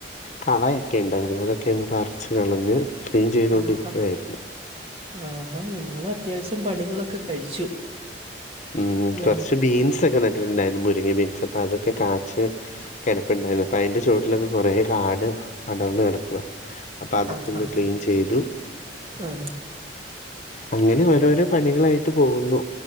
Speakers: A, on the left; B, on the right.
A: കളയൊക്കെ ഉണ്ടായിരുന്നു അതൊക്കെ അങ്ങ് പറിച്ച് കളഞ്ഞ് ക്ലീൻ ചെയ്തൊണ്ടിരിക്കുവായിരുന്നു
B: ആഹാ. ആഹാ നിങ്ങള് അത്യാവശ്യം പണികളൊക്കെ കഴിച്ചു
A: ഉം
B: ഞങ്ങ
A: കൊറച്ച് ബീൻസൊക്കെ നട്ടിട്ടുണ്ടായിരുന്നു. മുരിങ്ങ ബീൻസ് അപ്പൊ അതൊക്കെ കാച്ച് കെടപ്പുണ്ടായിരുന്നുഇപ്പ അയ്ന്റെ ചോട്ടിലൊക്കെ കുറേ കാട് പടർന്ന് കടക്കുവ അപ്പൊ അതൊക്കൊന്ന്ക്ലീൻ
B: ആ ആ
A: ചെയ്തു
B: ആ ആ,
A: അങ്ങനെ ഓരോരോ പണികളായിട്ട് പോകുന്നു